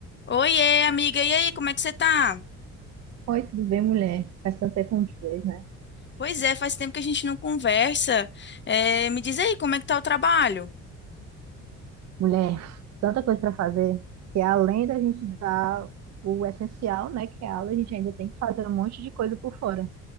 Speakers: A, on the left; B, on the right.
A: Oiê, amiga, e aí, como é que você tá?
B: Oi, tudo bem, mulher? Faz tanto tempo que não te vejo, né?
A: Pois é, faz tempo que a gente não conversa. É, me diz aí, como é que tá o trabalho?
B: Mulher, tanta coisa para fazer, que além da gente dar o essencial, né, que é a aula, a gente ainda tem que fazer um monte de coisa por fora.